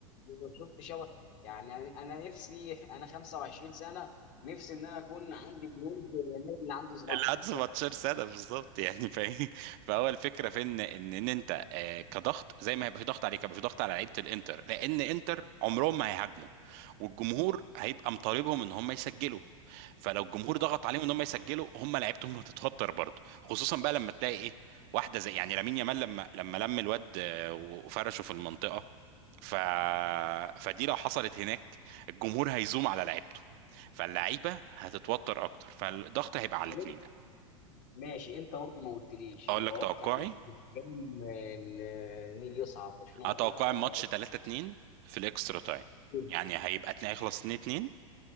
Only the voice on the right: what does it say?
العدس ماتشر سادة بالظبط يعني فاهم فهو الفكره في ان ان ان انت آه، كضغط زي ما هيبقى في ضغط عليك هيبقى في ضغط على لعيبه الانتر لان انتر عمرهم ما هيهاجموا والجمهور هيبقى مطالبهم ان هم يسجلوا فلو الجمهور ضغط عليهم ان هم يسجلوا هم لعيبتهم هتتوتر برضه خصوصا بقى لما تلاقي ايه واحده زي يعني لامين يامال لما لما لم الواد آه، وفرشه في المنطقه ف... فدي لو حصلت هناك الجمهور هيزوم على لعيبته فاللعيبه هتتوتر اكتر فالضغط هيبقى على
الاثنين
اقول
لك توقعي
انا
توقعي الماتش 3 2 في الاكسترا تايم
يعني هيبقى اتنين- هيخلص 2 2